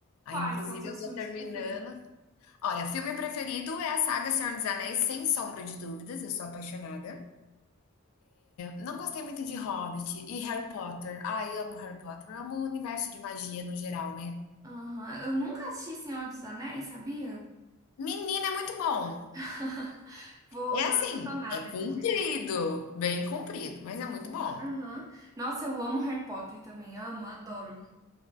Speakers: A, on the right; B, on the left.
A: Quais
B: Aí, inclusive,
A: são seus
B: eu tô
A: filmes
B: terminando.
A: preferidos?
B: Olha, filme preferido é a saga Senhor dos Anéis, sem sombra de dúvidas, eu sou apaixonada. não gostei muito de Hobbit e Harry Potter. Ai, amo Harry Potter, amo o universo de magia no geral, né?
A: Aham, Eu nunca assisti Senhor dos Anéis, sabia?
B: Menina, é muito bom.
A: <laughs> Vou
B: É
A: maratonar
B: assim, é comprido,
A: depois.
B: bem comprido, mas é muito bom.
A: Aham. Nossa, eu amo Harry Potter também, amo, adoro.